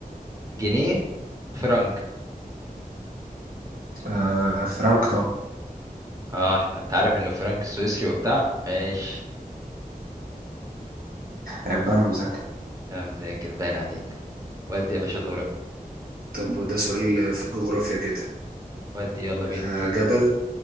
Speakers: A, on the right (about 20°); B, on the right (about 75°).
A: جنيه فرنك
B: آه فرانك طبعا
A: اه ش- انت عارف انه فرنك سويسري وبتاع ماشي
B: عيب بقى انا مذاكر
A: لا مذاكر باين عليك ودي يا باشا دورك
B: طب وده سؤال في الجغرافيا كده
A: ودي يلا بينا
B: آه جبل